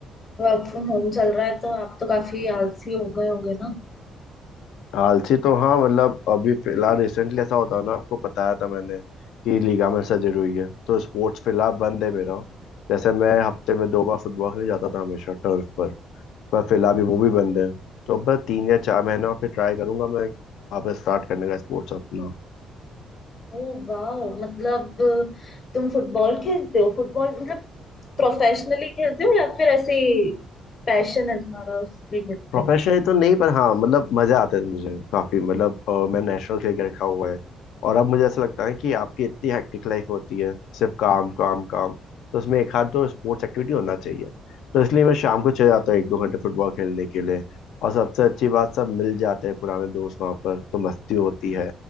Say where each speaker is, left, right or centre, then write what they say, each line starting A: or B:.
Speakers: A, on the left; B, on the left.
A: वर्क फ्रॉम होम चल रहा है तो आप तो काफी आलसी हो गए होंगे ना
B: आलसी तो हाँ मतलब अभी फिलहाल रिसेंटली ऐसा होता है ना आपको बताया था मैंने कि लिगामेंट सर्जरी हुई है तो स्पोर्ट्स फिलहाल बंद है मेरा जैसे मैं हफ्ते में दो बार फुटबॉल खेलने जाता था हमेशा टर्फ पर पर फिलहाल भी वो भी बंद है तो अब बस तीन या चार महीने और फिर ट्राई करूंगा मैं वापस स्टार्ट करने का स्पोर्ट्स अपना
A: ओ वाह मतलब तुम फुटबॉल खेलते हो फुटबॉल मतलब प्रोफेशनली खेलते हो या फिर ऐसे पैशन है तुम्हारा उसके लिए खेलते
B: प्रोफेशनली
A: हो
B: तो नहीं पर हाँ मतलब मजा आता है मुझे काफी मतलब अ, मैं नेशनल खेल के रखा हुआ है और अब मुझे ऐसा लगता है कि आपकी इतनी हेक्टिक लाइफ होती है सिर्फ काम काम काम तो उसमें एक हाथ तो स्पोर्ट्स एक्टिविटी होना चाहिए तो इसलिए मैं शाम को चले जाता हूँ एक दो घंटे फुटबॉल खेलने के लिए और सबसे अच्छी बात सब मिल जाते हैं पुराने दोस्त वहाँ पर तो मस्ती होती है